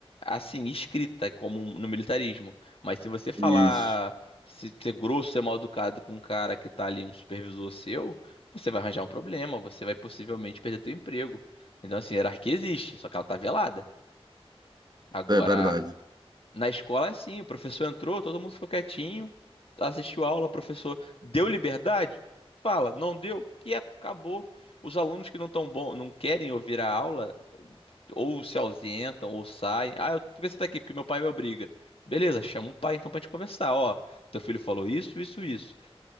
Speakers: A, on the left; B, on the right.
A: assim, escrita, como no militarismo. Mas se você falar,
B: Isso.
A: se ser grosso, ser mal educado com um cara que tá ali, um supervisor seu, você vai arranjar um problema, você vai possivelmente perder teu emprego. Então, assim, a hierarquia existe, só que ela tá velada. Agora,
B: É verdade.
A: na escola é assim, o professor entrou, todo mundo ficou quietinho, assistiu a aula, o professor deu liberdade, fala, não deu, quieto, acabou. Os alunos que não tão bom, não querem ouvir a aula, ou se ausentam, ou saem. Ah, eu- por que você tá aqui? Porque meu pai me obriga. Beleza, chama o pai então pra gente conversar. Ó, teu filho falou isso, isso, isso.